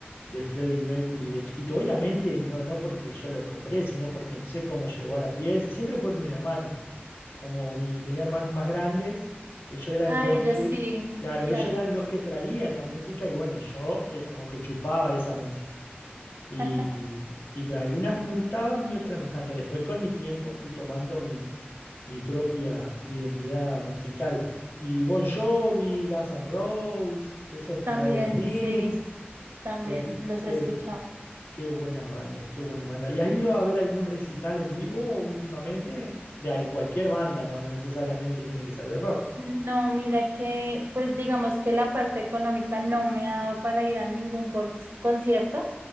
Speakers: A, on the left (about 70°); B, on the right (about 75°).
A: de Freddie Mercury de chiquito. Obviamente, no, no porque yo lo compré, sino porque no sé cómo llegó a la pieza, siempre por mis hermanos. Como mi, tenía hermanos más grandes, ellos eran
B: Ay,
A: los
B: ellos
A: que,
B: sí,
A: claro,
B: eh,
A: ellos
B: claro.
A: eran los que traían la música y bueno, yo eh, como que chupaba esa música. Y,
B: <laughs>
A: y algunas me gustaban y otras no tanto. Después con mi tiempo fui tomando mi, mi propia identidad musical. Y Bon Jovi, Guns N' Roses, esos
B: También,
A: Aerosmith,
B: sí, también
A: qué,
B: los
A: qué,
B: he escuchado.
A: qué buenas bandas, qué buenas bandas. ¿Y has ido a ver algún recital en vivo últimamente? De al- cualquier banda, no, no necesariamente tiene que ser de rock.
B: No, mira que, pues digamos que la parte económica no me ha dado para ir a ningún con- concierto,